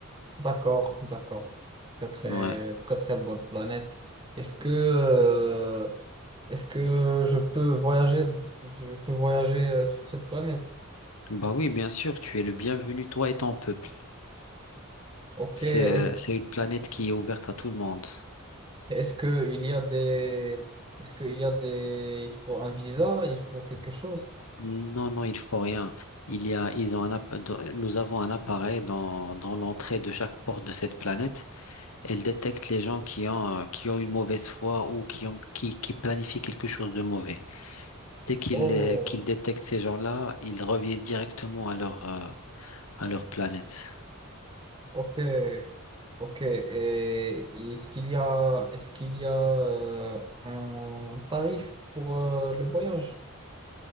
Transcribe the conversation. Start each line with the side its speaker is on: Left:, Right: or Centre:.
Right: D'accord, d'accord. Très, très,
Left: Ouais.
Right: très, très bonne planète. Est-ce que, euh, Est-ce que je peux voyager, je peux voyager euh, sur cette planète?
Left: Bah oui, bien sûr, tu es le bienvenu, toi et ton peuple.
Right: Ok.
Left: C'est,
Right: Est-ce,
Left: euh, c'est une planète qui est ouverte à tout le monde.
Right: est-ce que il y a des, est-ce que il y a des, il faut un visa, il faut quelque chose?
Left: Non, non, il faut rien. Il y a, ils ont un, app- dans- nous avons un appareil dans, dans l'entrée de chaque porte de cette planète Elle détecte les gens qui ont, euh, qui ont une mauvaise foi ou qui ont, qui, qui planifient quelque chose de mauvais. Dès qu'ils
Right: Oh,
Left: euh, qu'ils détectent ces gens-là, ils reviennent directement à leur, euh, à leur planète.
Right: ok, ok. Et est-ce qu'il y a, est-ce qu'il y a euh, un tarif pour euh, le voyage?